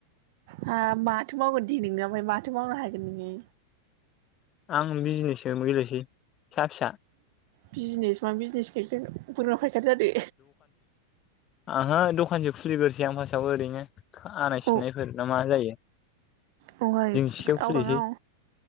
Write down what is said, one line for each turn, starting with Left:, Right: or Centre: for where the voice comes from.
Right: हाब माथो मावगोन दे नोंङो आमफायय माथो मावनो हागोन नोंङो?
Left: आं बिजनेसो गेलेनोसै फिसा फिसा।
Right: बिजनेस मा बिजनेस ग बोरमा फायखा जादो।
Left: आंहो दखानसो खुलिग्रोसै आं फार्स्टआव ओरैनो आनाय
Right: अ
Left: सिननायफोर ना मा जायो।
Right: दहाय
Left: दिंसियाव खुलिहै
Right: आवराङाव